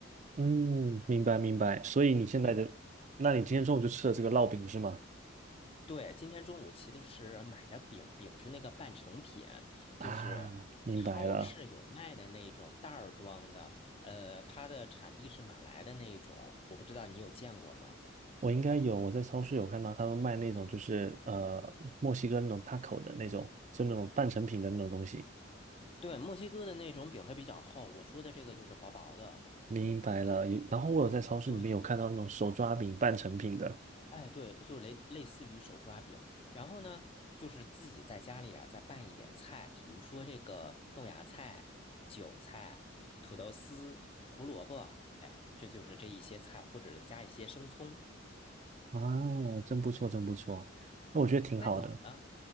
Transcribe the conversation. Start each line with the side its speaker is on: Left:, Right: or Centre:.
Right: 嗯，明白明白。所以你现在的，
Left: 嗯。
Right: 那你今天中午就吃了这个烙饼是吗？
Left: 对，今天中午骑的是买的饼，饼是那个半成品，
Right: 啊，
Left: 就是超市有卖的那种袋儿装的，
Right: 明白了。
Left: 呃，它的产地是马来的那种，我不知道你有见过吗？
Right: 我应该有，我在超市有看到他们卖那种，就是呃，墨西哥那种 taco 的那种，就那种半成品的那种东西。
Left: 对，墨西哥的那种饼它比较厚，我说的这个就是薄薄的。
Right: 明白了。也然后我有在超市里面有看到那种手抓饼半成品的
Left: 对，哎，对，就类类似于手抓饼，然后呢，就是自己在家里啊，再拌一点菜，比如说这个豆芽菜、韭菜、土豆丝、胡萝卜，哎，这就是这一些菜，或者是加一些生葱。
Right: 啊，真不错，真不错。那我觉得挺好的。
Left: 那你呢？